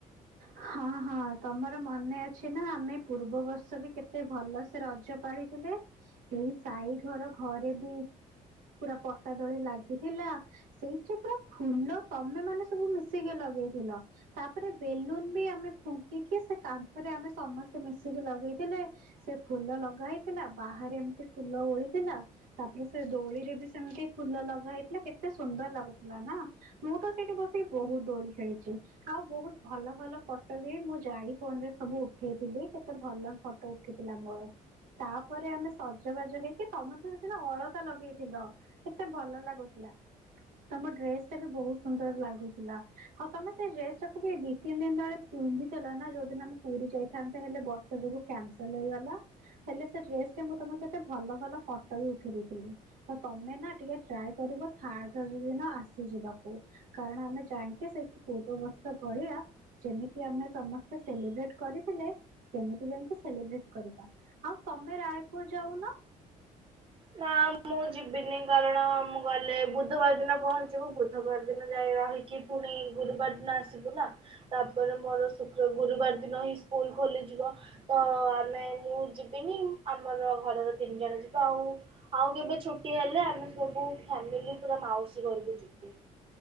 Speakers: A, on the right; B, on the right.
A: ହଁ ହଁ, ତମର ମନେ ଅଛି ନା, ଆମେ ପୂର୍ବବର୍ଷ ବି କେତେ ଭଲ ସେ ରଜ ପାଳିଥିଲେ, ଏଇ ସାଇ ଘର ଘରେ ବି ପୁରା ପଟା ଦୋଳି ଲାଗିଥିଲା। ସେଇଥିରେ ପୁରା ଫୁଲ ତମେ ମାନେ ସବୁ ମିଶିକି ଲଗେଇଥିଲ, ତାପରେ ବେଲୁନ୍ ବି ଆମେ ଫୁଙ୍କିକି, ସେ କାନ୍ଥରେ ଆମେ ସମସ୍ତେ ମିଶିକି ଲଗେଇଥିଲେ। ସେ ଫୁଲ ଲଗା ହେଇଥିଲା, ବାହାରେ ଏମିତି ଫୁଲ ଓଳିଥିଲା। ତାପରେ ସେ ଦୋଳିରେ ବି ସେମିତି ଫୁଲ ଲଗା ହେଇଥିଲା, କେତେ ସୁନ୍ଦର ଲାଗୁଥିଲା ନା? ମୁଁ ତ ସେଠି ବସିକି ବହୁତ ଦୋଳି ଖେଳିଚି, ଆଉ ବହୁତ ଭଲ ଭଲ ଫଟୋ ବି ମୁଁ ଯାଇ ଫୋନ ରେ ସବୁ ଉଠେଇଥିଲି, କେତେ ଭଲ ଫଟୋ ଉଠିଥିଲା ମୋର। ତାପରେ ଆମେ ସଜବାଜ ହେଇକି, ତମେ ତ ସେଦିନ ଅଳତା ଲଗେଇଥିଲ। କେତେ ଭଲ ଲାଗୁଥିଲା। ତମ ଡ୍ରେସ ଟା ବି ବହୁତ ସୁନ୍ଦର ଲାଗୁଥିଲା ଆଉ ତମେ ସେଇ ଡ୍ରେସ ଟାକୁ ବି ଦି ତିନି ଦିନି ତଳେ ପିନ୍ଧିଥିଲା ନା? ଯୋଉଦିନ ଆମେ ପୁରୀ ଯାଇଥାନ୍ତେ, ହେଲେ ବର୍ଷା ଯୋଗୁ କ୍ୟାନସଲ ହେଇଗଲା। ହେଲେ ସେ ଡ୍ରେସ୍ ରେ ମୁଁ ତମ କେତେ ଭଲ ଭଲ ଫଟୋ ବି ଉଠେଇ ଦେଇେଥିଲି। ତ ତମେ ନା ଟିକେ ଟ୍ରାଏ କରିବ, ଥାର୍ଡ ଦିନ ଆସିଯିବାକୁ। କାରଣ ଆମେ ଯାଇକି, ସେଇଠି ପୂର୍ବ ବର୍ଷ ଭଳିଆ ଯେମିତି ଆମେ ସମସ୍ତେ ସେଲିବ୍ରେଟ୍ କରିଥିଲେ, ସେମିତି ଯାଇକି ସେଲିବ୍ରେଟ୍ କରିବା। ହଉ ତମେ ରାୟପୁର ଯାଉନ?
B: ନା ମୁଁ ଯିବିନି, କାରଣ ମୁଁ ଗଲେ ବୁ ବୁଧବାର ଦିନ ପହଞ୍ଚିବୁ, ବୁଧବାର ଦିନ ଯାଇ ରହିକି ପୁଣି ଗୁରୁବାର ଦିନ ଆସିବୁ ନା। ତାପରେ ମୋର ଶୁକ୍ର ଗୁରୁବାର ଦିନ ହିଁ ସ୍କୁଲ ଖୋଲିଯିବ। ତ ଆମେ ମୁଁ ଯିବିନି, ଆମର ଘରର ତିନି ଜଣ ଯିବେ ଆଉ। ଆଉ କେବେ ଛୁଟି ହେଲେ, ଆମେ ସବୁ ଫ୍ୟାମିଲି ପୁରା ମାଉସୀ ଘରକୁ ଯିବୁ।